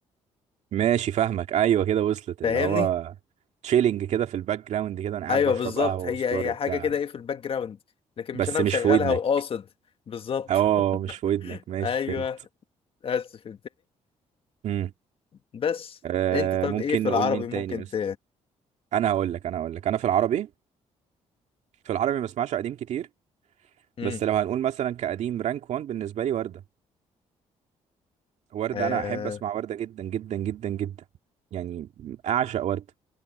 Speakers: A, on the right (about 65°); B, on the left (about 45°).
A: ماشي فاهمك ايوه كده وصلت
B: فاهمني
A: اللي هو تشيلنج كده في الباك جراوند كده انا قاعد
B: ايوه
A: بشرب
B: بالظبط
A: قهوه
B: هي
A: وسجاره
B: هي
A: وبتاع
B: حاجه كده ايه في الباك جراوند لكن
A: بس
B: مش انا
A: مش
B: مشغلها
A: في ودنك
B: وقاصد بالظبط
A: اه مش في
B: <laughs>
A: ودنك ماشي
B: ايوه
A: فهمت
B: اسف
A: امم
B: بس
A: آه
B: انت طب
A: ممكن
B: ايه في
A: نقول
B: العربي
A: مين
B: ممكن
A: تاني مثلا
B: ت
A: انا هقول لك انا هقول لك انا في العربي في العربي ما بسمعش قديم كتير
B: مم.
A: بس لو هنقول مثلا كقديم رانك 1 بالنسبه لي ورده ورده
B: آه
A: انا احب اسمع ورده جدا جدا جدا جدا يعني اعشق ورده